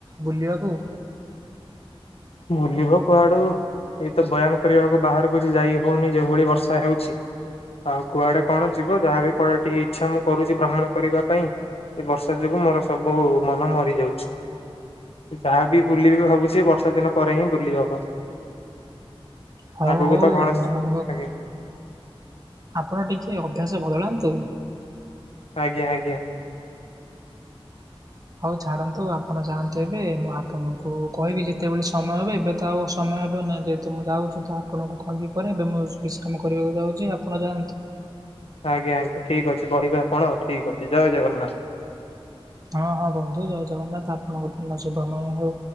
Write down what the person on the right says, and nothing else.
ବୁଲିବାକୁ
ହଉ
ହଉ
ମନ ଦୁଃଖ
ଆପଣ ଟିକେ ଅଭ୍ୟାସ ବଦଳାନ୍ତୁ।
ହଉ ଛାଡନ୍ତୁ ଆପଣ ଯାଆନ୍ତୁ ଏବେ ମୁଁ ଆପଣଙ୍କୁ କହିବି ଯେତେବେଳେ ସମୟ ହବ ଏବେ ତ ଆଉ ସମୟ ହେବ ନାଇଁ ଯେହେତୁ ମୁଁ ଯାଉଛି ତ ଆପଣଙ୍କୁ କହିବି ପରେ ଏବେ ମୁଁ ବିଶ୍ରାମ କରିବାକୁ ଯାଉଛି ଆପଣ ଯାଆନ୍ତୁ।
ହଁ ହଁ ବନ୍ଧୁ ଜୟ ଜଗନ୍ନାଥ ଆପଣଙ୍କ ଦିନ ସୁଭମୟ ହଉ।